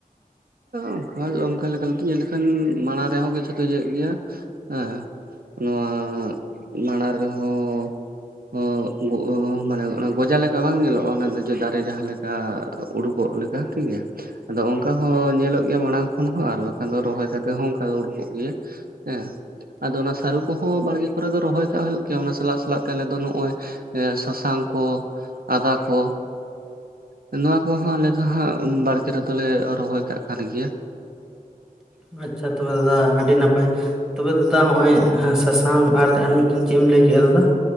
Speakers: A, on the right; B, in the centre.
A: ᱚᱱᱠᱟ ᱚᱱᱠᱟ ᱞᱮᱠᱟ ᱧᱮᱞ ᱞᱮᱠᱷᱟᱱ ᱢᱟᱲᱟᱝ ᱨᱮᱦᱚᱸ ᱠᱤᱪᱷᱩ ᱫᱚ ᱤᱭᱟ. ᱜᱮᱭᱟ ᱦᱮᱸ ᱱᱚᱣᱟ ᱢᱟᱲᱟᱝ ᱨᱮᱦᱚᱸ᱾ ᱚ ᱜᱚ ᱢᱟᱱᱮ ᱚᱱᱟ ᱜᱚᱡᱟ ᱞᱮᱠᱟ ᱵᱟᱝ ᱧᱮᱞᱚᱜᱼᱟ ᱚᱱᱟ ᱫᱚ ᱡᱮ ᱫᱟᱨᱮ ᱡᱟᱦᱟᱞᱮᱠᱟ᱾ ᱟ ᱩᱰᱩᱠᱚᱜ ᱞᱮᱠᱟ ᱴᱷᱤᱠ ᱜᱮᱣᱟ ᱟᱫᱚ ᱚᱱᱠᱟ᱾ ᱦᱚ ᱧᱮᱞᱚᱜ ᱜᱮᱣᱟ ᱢᱟᱲᱟᱝ ᱠᱷᱚᱱ ᱦᱚᱸ ᱟᱨ ᱵᱟᱠᱷᱟᱱ ᱫᱚ ᱨᱚᱦᱚᱭ ᱠᱟᱛᱮ ᱦᱚᱸ ᱚᱱᱠᱟ ᱫᱚ ᱩᱰᱩᱠᱚᱜ ᱜᱮᱣᱟ ᱦᱮᱸ᱾ ᱟᱫᱚ ᱚᱱᱟ ᱥᱟᱹᱨᱩ ᱠᱚᱦᱚᱸ ᱵᱟᱲᱜᱮ ᱠᱚᱨᱮ ᱫᱚ ᱨᱚᱦᱚᱭ ᱠᱟᱜ ᱦᱩᱭᱩᱜ ᱜᱮᱭᱟ ᱚᱱᱟ ᱥᱟᱞᱟᱜ ᱥᱟᱞᱟᱜ ᱛᱮ ᱟᱞᱮ ᱫᱚ ᱱᱚᱜ᱾ ᱥᱟᱥᱟᱝ ᱠᱚ ᱟᱫᱟ ᱠᱚ᱾ ᱦᱮᱸ ᱱᱚᱣᱟ ᱠᱚᱦᱚᱸ ᱟᱞᱮ ᱫᱚ ᱦᱟᱸᱜ ᱵᱟᱲᱜᱮ ᱨᱮᱫᱚᱞᱮ ᱨᱚᱦᱚᱭ ᱠᱟᱜ ᱠᱟᱱ ᱜᱮᱭᱟ
B: ᱟᱪᱪᱷᱟ ᱛᱚᱵᱮ ᱫᱟᱫᱟ ᱟᱹᱰᱤ ᱱᱟᱯᱟᱭ ᱛᱚᱵᱮ ᱫᱟᱫᱟ ᱱᱚᱜ ᱚᱭ ᱥᱟᱥᱟᱝ ᱟᱨ ᱟᱨ ᱢᱤᱫᱴᱮᱱ ᱪᱮᱫ ᱮᱢ ᱞᱟᱹᱭ ᱠᱮᱭᱟ ᱫᱟᱫᱟ᱾